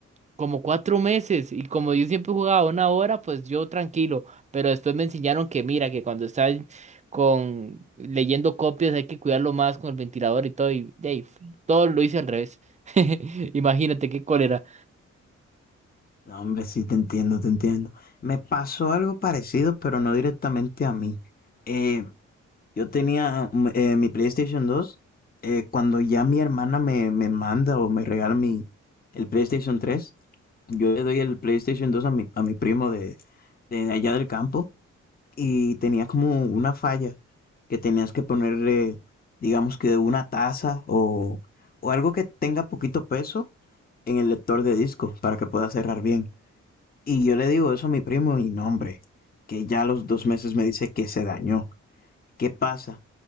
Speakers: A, on the right; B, on the left.
A: como cuatro meses y como yo siempre jugaba una hora, pues yo tranquilo, pero después me enseñaron que mira, que cuando estás con leyendo copias hay que cuidarlo más con el ventilador y todo y de ahí, todo lo hice al revés. <laughs> Imagínate qué cólera.
B: no, hombre, sí te entiendo, te entiendo. Me pasó algo parecido, pero no directamente a mí. Eh, Yo tenía mm, eh, mi PlayStation 2 eh, cuando ya mi hermana me, me manda o me regala mi, el PlayStation 3. Yo le doy el PlayStation 2 a mi, a mi primo de, de allá del campo y tenía como una falla que tenías que ponerle, digamos que una taza o, o algo que tenga poquito peso en el lector de disco para que pueda cerrar bien. Y yo le digo eso a mi primo y no, hombre, que ya a los dos meses me dice que se dañó. ¿Qué pasa?